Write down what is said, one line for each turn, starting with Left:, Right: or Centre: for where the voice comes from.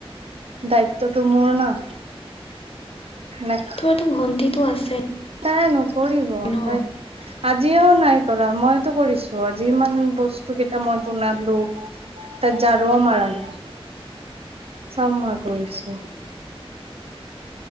Right: দায়িত্বটো মোৰ না। সেনেকা
Left: তোমাৰটো ভণ্টিটো আছে।
Right: তাই নকৰিব
Left: ন
Right: তাই। আজিও নাই কৰা মইতো কৰিছো, আজি ইমান বস্তু কেইটা মই বনালো। তাই ঝাৰুও মাৰা নাই। চব মই কৰিছো।